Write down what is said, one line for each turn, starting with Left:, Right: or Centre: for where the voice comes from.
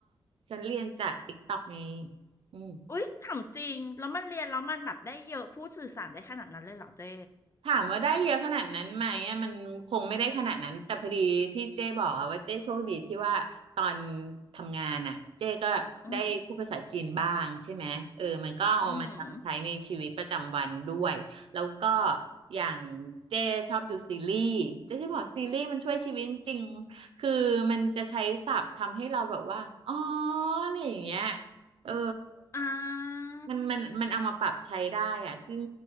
Right: ฉันเรียนจากติ๊กต็อกไงอืม
Left: อุ๊ยถามจริง แล้วมันเรียนแล้วมันแบบได้เยอะพูดสื่อสารได้ขนาดนั้นเลยเหรอเจ๊
Right: ถามว่าได้เยอะขนาดนั้นไหมอ่ะมันคงไม่ได้ขนาดนั้นแต่พอดีที่เจ้บอกอะว่าเจ้โชคดีที่ว่าตอนทำงานอ่ะเจ้ก็ได้พูดภาษาจีนบ้างใช่ไหมเออมันก็เอามาจำใช้ในชีวิตประจำวันด้วยแล้วก็
Left: อืมอืม
Right: อย่างเจ้ชอบดูซีรีส์เจ้จะบอกซีรีส์มันช่วยชีวิตจริงคือมันจะใช้ศัพท์ทำให้เราแบบว่าอ๋ออะไรอย่างเงี้ยเออ
Left: อ่า
Right: มันมันมันเอามาปรับใช้ได้อะซึ่ง